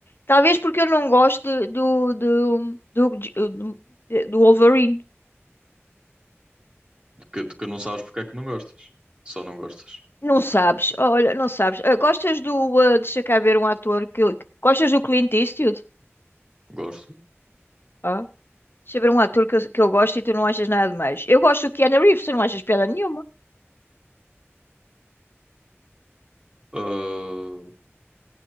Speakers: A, on the left; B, on the right.
A: Talvez porque eu não gosto de- do, do, do, do, do Wolverine.
B: De que, de que não sabes porque é que não gostas. Só não gostas.
A: Não sabes, olha, não sabes. Ah, gostas do. ah, deixa cá ver um ator que. Gostas do Clint Eastwood?
B: Gosto.
A: Ah. Sobre um ator que eu, que eu gosto e tu não achas nada de mais. Eu gosto do Keanu Reeves, tu não achas piada nenhuma.
B: Ah,